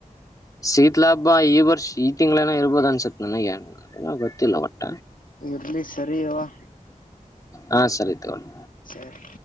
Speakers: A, on the left; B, on the left.
A: ಶೀತ ಲಾಹಬ್ಬ ಈ ವರ್ಷ ಈ ತಿಂಗಳೇನ ಇರ್ಬೋದ ಅನ್ಸತ್ ನನಗೆ ಗೊತ್ತಿಲ್ಲ ಒಟ್ಟ.
B: ಇರ್ಲಿ ಸರಿಯವಾ,,
A: ಹಾ ಸರಿ ತಗೊಳಿ.
B: ಸರಿ